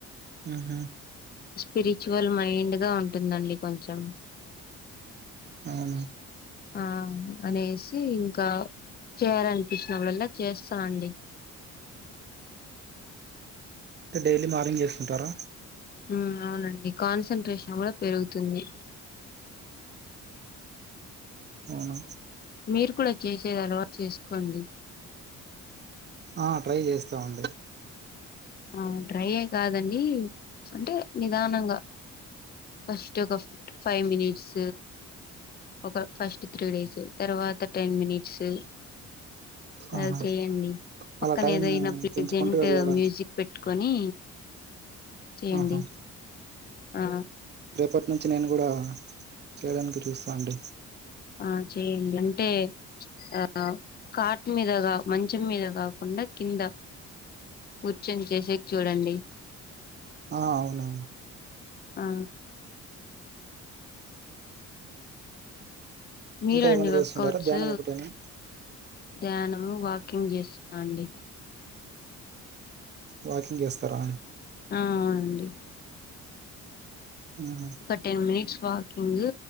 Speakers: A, on the right; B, on the left.
A: ఆహ
B: స్పిరిచువల్ మైండ్ గా ఉంటుందండి కొంచెం
A: అవునా
B: హా అనేసి ఇంకా చేయాలనిపించినప్పుడళ్ళా చేస్తానండి
A: అంటే డైలీ మార్నింగ్ చేస్తుంటారా
B: హ్మ్ అవునండి కాన్సన్ ట్రేషన్ కూడా పెరుగుతుంది
A: అవునా
B: మీరు కూడా చేసేది అలవాటు చేసుకోండి
A: ఆ ట్రై చేస్తామండి
B: అ డ్రైయే కాదండి అంటే నిదానంగా ఫస్ట్ ఒక ఫైవ్ మినిట్స్ ఒక ఫస్ట్ త్రీ డేస్ తర్వాత టెన్ మినిట్స్ అలా
A: ఆహా
B: చేయండి పక్కన
A: అలా టైం
B: ఏదైనా ప్లెజెంట్
A: పెంచుకుంటూ వెళ్ళాలండి
B: మ్యూజిక్ పెట్టుకొని చేయండి
A: ఆహా
B: ఆ
A: రేపటి నుంచి నేను గుడా చేయడానికి చూస్తా అండి
B: ఆ చేయండి అంటే ఆ కాట్ మీదగా మంచం మీద కాకుండా కింద కూర్చొని చేసేకి చూడండి
A: ఆ అవును
B: ఆ మీరండి
A: ఇంకా ఏమైనా
B: వర్కౌట్స్
A: చేస్తుంటారా ధ్యానం ఒకటేనా
B: ధ్యానము వాకింగ్ చేసుకొండి
A: వాకింగ్ చేస్తారా
B: ఆ అండి
A: మ్ హు
B: ఒక టెన్ మినిట్స్ వాకింగ్